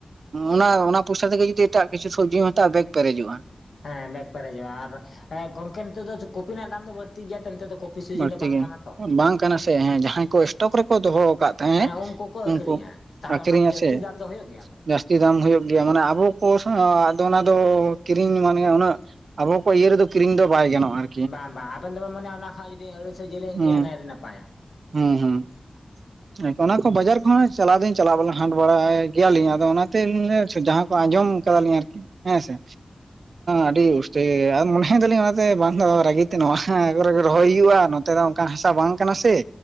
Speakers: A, on the right (about 80°); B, on the left (about 85°).
A: ᱚᱱᱟ ᱚᱱᱟ ᱯᱚᱭᱥᱟ ᱛᱮᱜᱮ ᱡᱩᱫᱤ ᱮᱴᱟᱜ ᱠᱤᱪᱷᱩ ᱥᱚᱵᱡᱤᱢ ᱦᱟᱛᱟᱣᱟ ᱵᱮᱜ ᱯᱮᱨᱮᱡᱚᱜ-ᱟ᱾
B: ᱦᱮᱸ ᱵᱮᱜ ᱯᱮᱨᱮᱡᱚᱜ-ᱟ ᱟᱨ ᱜᱚᱝᱠᱮ ᱱᱤᱛᱚᱜ ᱫᱚ ᱠᱚᱯᱤ ᱨᱮᱱᱟᱜ ᱫᱟᱢ ᱫᱚ ᱵᱟᱹᱲᱛᱤ ᱜᱮᱭᱟ ᱛᱚ ᱱᱤᱛᱚᱜ ᱫᱚ ᱥᱤᱡᱤᱱ
A: ᱵᱟᱹᱲᱛᱤ
B: ᱫᱚ ᱵᱟᱝ
A: ᱜᱮ
B: ᱠᱟᱱᱟ ᱛᱚ
A: ᱵᱟᱝ ᱠᱟᱱᱟ ᱥᱮᱸ ᱡᱟᱦᱟᱸᱭ ᱠᱚ ᱮᱥᱴᱚᱠ ᱨᱮᱠᱚ ᱫᱚᱦᱚ ᱠᱟᱫ ᱛᱟᱦᱮᱸᱫ
B: ᱦᱮᱸ ᱠᱚ ᱟᱹᱠᱷᱨᱤᱧᱟ
A: ᱩᱱᱠᱩ
B: ᱛᱟᱦᱚᱞᱮ
A: ᱟᱠᱷᱨᱤᱧᱟ
B: ᱚᱱᱟ ᱫᱚ ᱡᱟᱹᱥᱛᱤ
A: ᱥᱮ
B: ᱫᱟᱢ ᱫᱚ ᱦᱩᱭᱩᱜ ᱜᱮᱭᱟ ᱛᱚ
A: ᱡᱟᱹᱥᱛᱤ ᱫᱟᱢ ᱦᱩᱭᱩᱜ ᱜᱮᱭᱟ ᱢᱟᱱᱮ ᱟᱵᱚ ᱠᱚ ᱥᱟᱶ ᱚᱱᱟ ᱫᱚ ᱠᱤᱨᱤᱧ ᱢᱟᱱᱮ ᱩᱱᱟᱹᱜ ᱟᱵᱚ ᱠᱚ ᱤᱭᱟᱹ ᱨᱮᱫᱚ ᱠᱤᱨᱤᱧ ᱫᱚ ᱵᱟᱭ ᱜᱟᱱᱚᱜ-ᱟ ᱟᱨ
B: ᱵᱟᱝ ᱵᱟᱝ ᱟᱵᱮᱱ ᱫᱚᱵᱮᱱ ᱢᱚᱱᱮᱭᱟ ᱚᱱᱟ ᱠᱷᱟᱡ ᱡᱩᱫᱤ ᱟᱹᱲᱟᱹᱭᱥᱚ ᱡᱤᱞᱤᱧ ᱤᱫᱤᱭᱟ
A: ᱦᱩᱸ
B: ᱚᱱᱟ ᱟᱹᱰᱤ ᱱᱟᱯᱟᱭᱟ᱾
A: ᱦᱩᱸ ᱦᱩᱸ ᱾ ᱚᱱᱟ ᱠᱚ ᱵᱟᱡᱟᱨ ᱠᱚᱦᱚᱸ ᱪᱟᱞᱟᱣ ᱫᱩᱧ ᱪᱟᱞᱟᱜ ᱦᱟᱴ ᱵᱟᱲᱟᱭ ᱜᱮᱭᱟᱞᱤᱧ ᱟᱫᱚ ᱚᱱᱟᱛᱮᱧ ᱡᱟᱦᱟᱸ ᱟᱸᱡᱚᱢ ᱠᱟᱫᱟᱞᱤᱧ ᱟᱨᱠᱤ ᱦᱮᱸ ᱥᱮ ᱟᱹᱰᱤ ᱩᱥ ᱛᱮ ᱟᱨ ᱢᱚᱱᱮᱭ ᱫᱟᱞᱤᱧ ᱚᱱᱟᱛᱮ ᱵᱟᱝ ᱫᱚ ᱨᱟᱹᱜᱤ ᱛᱮ ᱱᱚᱣᱟ ᱠᱚᱨᱮ ᱜᱮ ᱨᱚᱦᱚᱭ ᱦᱩᱭᱩᱜ-ᱟ ᱱᱚᱛᱮ ᱫᱚ ᱠᱟ ᱦᱟᱥᱟ ᱵᱟᱝ ᱠᱟᱱᱟ ᱥᱮ᱾